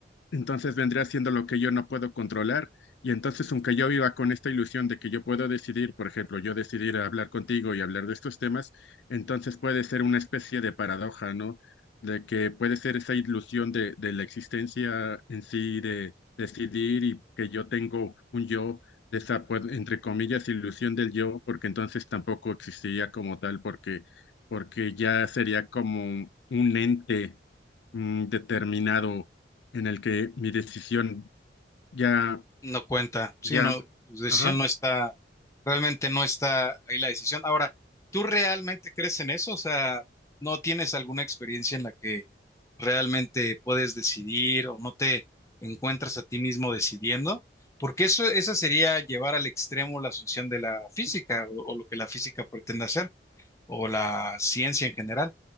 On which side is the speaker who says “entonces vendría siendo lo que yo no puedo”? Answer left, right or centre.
Left